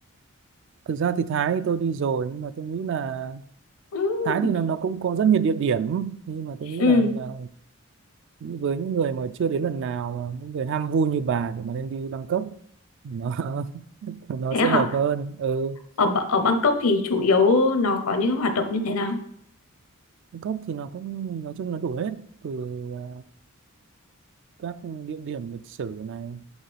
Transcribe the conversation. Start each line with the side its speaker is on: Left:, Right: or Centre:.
Right: Thực ra thì Thái thì tôi đi rồi nhưng mà tôi nghĩ là
Left: Ừm,
Right: Thái thì nó nó cũng có rất nhiều địa điểm nhưng mà tôi nghĩ
Left: ừm,
Right: là, là với những người mà chưa đến lần nào mà những người ham vui như bà thì mà nên đi Bangkok nó <laughs> nó
Left: Thế
Right: sẽ
Left: hả?
Right: hợp hơn. Ừ,
Left: Ở Ba- ở Bangkok thì chủ yếu nó có những hoạt động như thế nào?
Right: Bangkok thì nó cũng nói chung nó đủ hết từ à, các địa điểm lịch sử này